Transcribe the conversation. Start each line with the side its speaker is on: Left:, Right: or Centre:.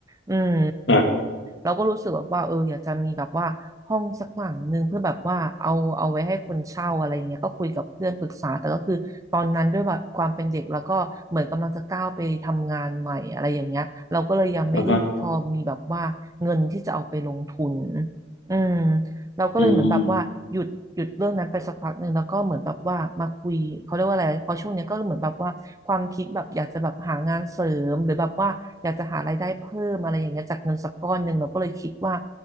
Right: อืม
Left: อ่า
Right: เราก็รู้สึกแบบว่าเอออยากจะมีแบบว่าห้องสักหลังหนึ่งเพื่อแบบว่าเอาเอาไว้ให้คนเช่าอะไรอย่างเงี้ยก็คุยกับเพื่อนปรึกษาแต่ก็คือตอนนั้นด้วยแบบความเป็นเด็กแล้วก็เหมือนกำลังจะก้าวไปทำงานใหม่อะไรอย่างเงี้ยเราก็เลยยังไม่ได้พอมีแบบว่าเงินที่จะเอาไปลงทุน
Left: อ่าฮะ
Right: อืม เราก็เลยเหมือนแบบว่าหยุดหยุดเรื่องนั้นไปสักพักหนึ่งแล้วก็เหมือนแบบว่ามาคุยเขาเรียกว่าอะไรพอช่วงเนี้ยก็เหมือนแบบว่าความคิดแบบอยากจะแบบหางานเสริมหรือแบบว่าอยากจะหารายได้เพิ่มอะไรอย่างเงี้ยจากเงินสักก้อนหนึ่งเราก็เลยคิดว่า
Left: อืม